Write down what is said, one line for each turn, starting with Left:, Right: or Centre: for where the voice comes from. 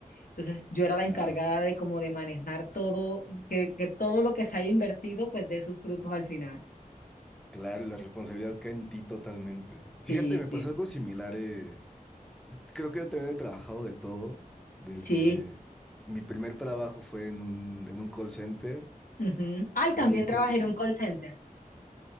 Left: Entonces, yo era la
Centre: Claro,
Left: encargada de como de manejar todo, que, que todo lo que se haya invertido, pues dé sus frutos al final.
Centre: claro, la responsabilidad cae en ti totalmente. Fíjate,
Left: Sí,
Centre: me
Left: sí,
Centre: pasó
Left: sí.
Centre: algo similar. eh. Creo que yo también he trabajado de todo. Desde
Left: Sí.
Centre: mi primer trabajo fue en un, en un call center.
Left: ujú. Ay,
Centre: De
Left: también
Centre: ahí hice
Left: trabajé
Centre: el-
Left: en un call center.